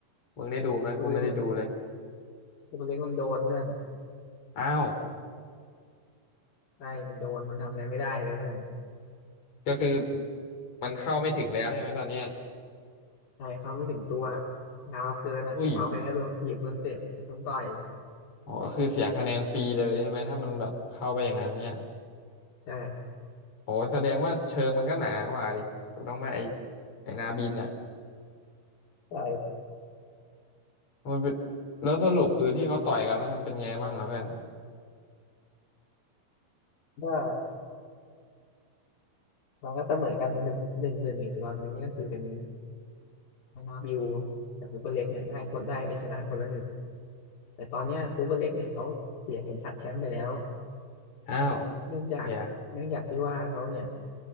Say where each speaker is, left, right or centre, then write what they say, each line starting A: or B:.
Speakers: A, on the left; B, on the left.
A: มึงได้ดูไหมกูไม่ได้ดูเลย
B: ตัวเล็กตัวเล็กมันโดนเพื่อน
A: อ้าว
B: ใช่มันโดนมันทำอะไรไม่ได้เลยเพื่อน
A: ก็คือมันเข้าไม่ถึงแล้วใช่ไหมตอนเนี้ย
B: ใช่เขาไม่ถึงตัวยาวเกินอ่ะเข้าไปแค่โดนถีบโดนเตะโดนต่อย
A: อุ้ยอ๋อก็คือเสียคะแนนฟรีเลยใช่ไหมถ้ามันแบบเข้าไปอย่างนั้นเนี่ย
B: ใช่
A: โอ้แสดงว่าเชิงมันก็หนากว่าดิถูกต้องไหมไอ้ไอ้นาบินอ่ะ
B: ใช่
A: มันเป็นแล้วสรุปคือที่เขาต่อยกันแล้วมันเป็นไงบ้างอ่ะเพื่อน
B: ก็ก็มันก็เสมอกันหนึ่งหนึ่งหนึ่งอยู่ตอนนี้ก็คือเป็นมานาบิวกับซูเปอร์เล็กเนี่ยได้คนได้ไปชนะคนละหนึ่งแต่ตอนเนี้ยซูเปอร์เล็กเนี่ยเขาเสียเข็มขัดแชมป์ไปแล้ว
A: อ้าว
B: เนื่องจากเนื่องจากที่ว่าเขาเนี่ย
A: เสีย